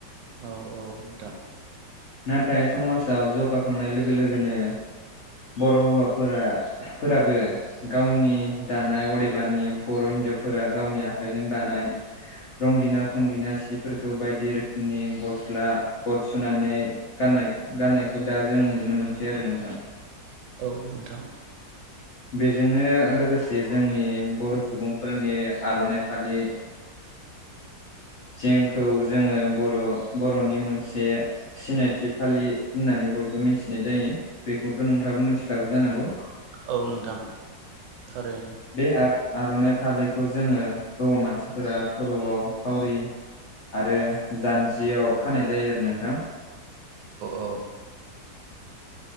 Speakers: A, on the right (about 80°); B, on the left (about 50°).
A: औ औ नोंथां।
B: नाथाय समाजाव जौगाखांनाय लोगो लोगोनो बर' हौवाफोरा फोराबो गावनि दानाय अदेबानि बर' हिन हिन्जावफोरा गावनि आखाइजों दानाय रंगिना संगिना सिफोरखौ बायदि रोखोमनि गस्ला गद सुनानै गाननाय गाननायखौ दा जों नुनो मोनसै आरो नोंथां।
A: औ नोंथां।
B: <inaudible> बेजोंनो लोगोसे जोंनि बर' सुबुंफोरनि आर'नाइ फालि जोंखौ जोङो बर' बर'नि मोनसे सिनायथि फालि होननानै बयबो मिथिनाय जायो बेखौथ' नोंथाङाबो मिथिखागौ जानांगौ।
A: औ नोंथां थारैनो।
B: बे आर'नाइ फालिखौ जोङो हौवा मानसिफोरा खर'आव फावरि आरो जान्जियाव खानाय जायो आरो नोंथां।
A: औ